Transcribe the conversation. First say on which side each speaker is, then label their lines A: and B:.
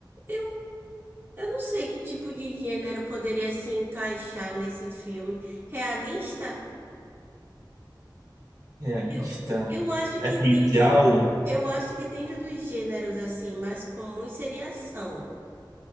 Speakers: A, on the right; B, on the right.
A: eu, eu não sei que tipo de gênero poderia se encaixar nesse filme. Realista?
B: Realista?
A: Eu, eu acho
B: É
A: que
B: policial?
A: dentro, eu acho que dentro dos gêneros assim, mais comum seria ação.